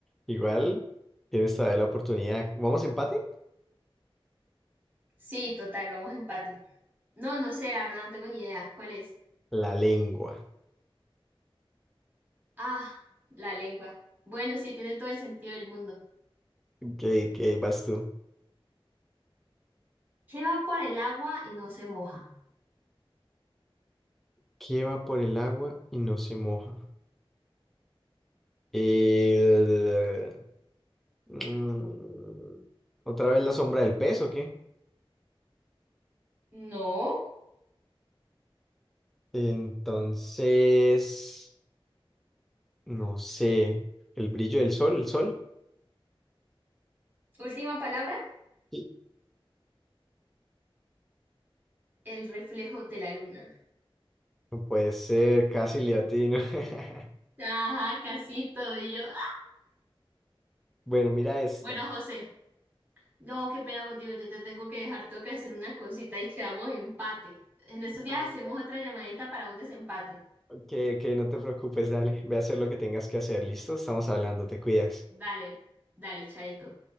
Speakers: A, in the centre; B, on the right (about 20°).
A: Igual, tienes todavía la oportunidad. ¿Vamos a empate?
B: Sí, total, vamos a empate. No, no sé, la verdad, no tengo ni idea. ¿Cuál es?
A: La lengua.
B: Ah, la lengua. Bueno, sí, tiene todo el sentido del mundo.
A: ¿Qué, qué vas tú?
B: ¿Qué va por el agua y no se moja?
A: ¿Qué va por el agua y no se moja? Y el- mm, otra vez la sombra del pez, ¿o qué?
B: No.
A: Entonces, no sé, el brillo del sol, el sol.
B: Última palabra,
A: Sí.
B: el reflejo de la luna.
A: No puede ser, casi le atino. <laughs>
B: Ajá, casito. Y yo. ah.
A: Bueno, mira esta.
B: Bueno, José. No, qué pena contigo, yo te tengo que dejar, tengo que hacer una cosita y quedamos empate. En estos días
A: No,
B: hacemos otra llamadita para un desempate.
A: que, que no te preocupes, dale, ve a hacer lo que tengas que hacer, ¿listo? Estamos hablando, te cuidas.
B: Dale, dale, chaito.